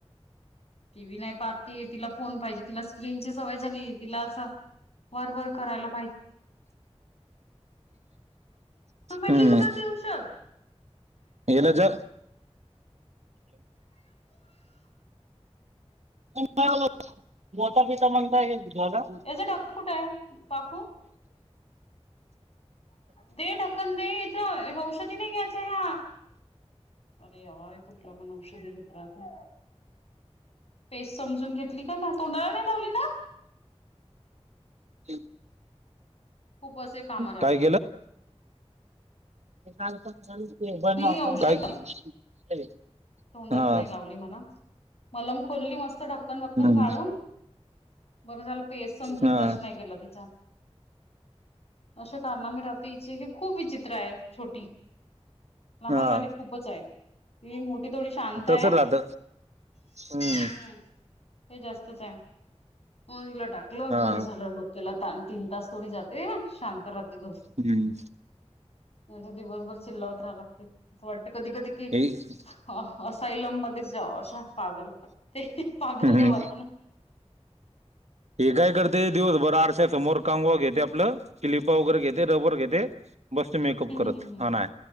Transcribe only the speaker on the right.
हम्म
येला जर, <unintelligible>
ह.
काय काल पण चालू होत की, बंद
नव्हत
काय?
हा
हम्म
हा
हा
तसं राहत हम्म
हा
हम्म
तिघ जणी
हम्म
हि काय करते दिवस भर आरश्यासमोर कंगवा घेते. आपलं क्लिपा वगैरे घेते. रबर घेते. बसते मेकअप करत.
हा नाय.